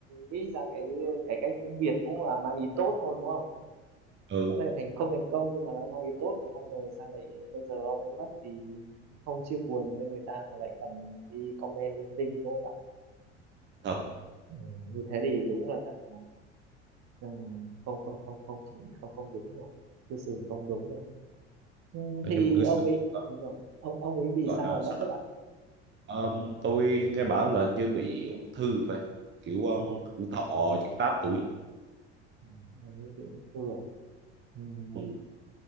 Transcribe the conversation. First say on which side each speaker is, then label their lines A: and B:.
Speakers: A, on the right; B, on the right.
A: nghĩ ra cái cải cách tiếng Việt cũng là mang ý tốt thôi đúng không
B: ừ
A: có thể thành không thành công nhưng mà nó mang ý tốt mà không ngờ sao lại bây giờ ông ấy mất thì không chia buồn cho người ta mà lại còn đi comment linh tinh đúng không ạ
B: thật
A: ừ, như thế thì đúng là thật là là không không không không chỉ không không đúng rồi cư xử không đúng rồi ừ,
B: nói
A: thì
B: chung cư
A: ông
B: xử
A: ấy
B: gọi,
A: đúng rồi ông ông ấy vì
B: gọi
A: sao
B: là
A: mà
B: sao
A: mất đấy
B: ta
A: bạn
B: Ờm, tôi nghe bảo là như bị ung thư vậy kiểu um,
A: ờ
B: thọ chỉ tám tuổi
A: ừ, ông ấy bị ung thư à Ừ, một
B: ừ.